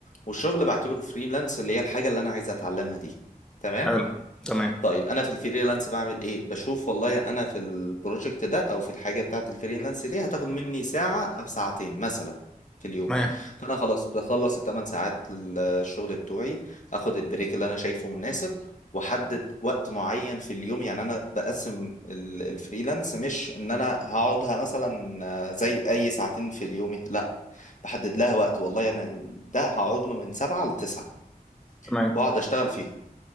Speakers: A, on the left; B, in the centre.
A: والشغل بعتبره فريلانس اللي هي الحاجة اللي أنا عايز أتعلمها دي تمام
B: حلو تمام
A: طيب انا في الفريلانس بعمل ايه بشوف والله انا في البروجكت ده او في الحاجه بتاعه الفريلانس دي هتاخد مني ساعه او ساعتين مثلا في اليوم
B: تمام
A: فانا خلاص بخلص الثمان ساعات الشغل بتوعي اخد البريك اللي انا شايفه مناسب واحدد وقت معين في اليوم يعني انا بقسم ال- الفريلانس مش ان انا هقعدها مثلا آه، زي اي ساعتين في اليومي لا بحدد لها وقت والله انا ده هقعد له من سبعة لتسعة
B: تمام
A: واقعد اشتغل فيهم